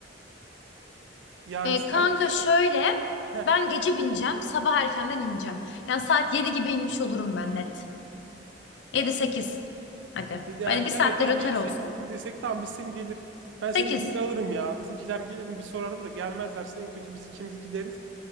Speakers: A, on the right; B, on the left.
A: Yani
B: E,
A: sen
B: kanka şöyle.
A: heh,
B: Ben gece bineceğim. Sabah erkenden ineceğim. Yani saat 7 gibi inmiş olurum ben net. Yedi
A: e,
B: sekiz. Hadi.
A: 7 erken
B: Öyle bir saatte
A: de tam
B: rötar
A: 7-8
B: olsa.
A: gibi desek tamam biz seni gelir. Ben seni
B: sekiz.
A: gelir alırım ya. Bizimkiler gelir mi bir sorarım da gelmezlerse en kötü biz ikimiz gideriz.